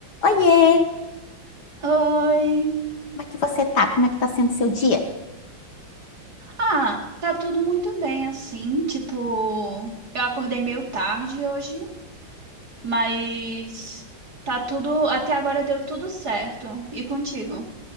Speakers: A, on the left (about 55°); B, on the right (about 50°).
A: Oiê,
B: Oi.
A: como é que você tá? Como é que tá sendo seu dia?
B: Ah, tá tudo muito bem assim, tipo, eu acordei meio tarde hoje, mas tá tudo, até agora deu tudo certo. E contigo?